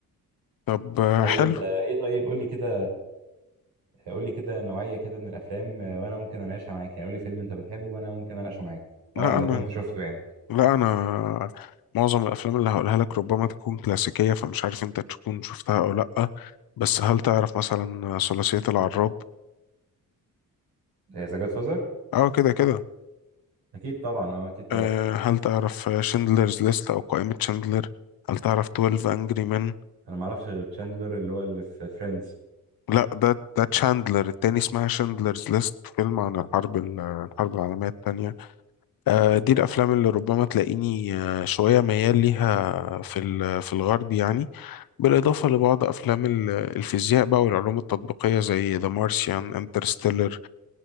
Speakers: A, on the left; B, on the right.
A: طب آه
B: طيب
A: حلو
B: انت ايه طيب قول لي كده قول لي كده نوعيه كده من الافلام آه، وانا ممكن اناقشها معاك يعني قول لي فيلم انت بتحبه وانا ممكن اناقشه معاك طبعا
A: لا
B: لو
A: أنا
B: كنت شفته يعني
A: لا أنا معظم الأفلام اللي هقولها لك ربما تكون كلاسيكية فمش عارف أنت تكون شفتها أو لأ بس هل تعرف مثلا ثلاثية العراب؟
B: ذا جاد فازر
A: أه كده كده
B: اكيد طبعا اه اكيد طبعا
A: آه هل تعرف شندلرز ليست أو قائمة شندلر؟ هل تعرف 12 أنجري مان؟
B: انا ما اعرفش غير تشاندلر اللي هو اللي في فريندز
A: لا ده ده تشاندلر التاني اسمها شاندلرز ليست فيلم عن الحرب ال- الحرب العالمية التانية آه، دي الأفلام اللي ربما تلاقيني آه، شوية ميال ليها في ال- في الغرب يعني بالإضافة لبعض أفلام ال- الفيزياء بقى والعلوم التطبيقية زي ذا مارسيان انترستيلر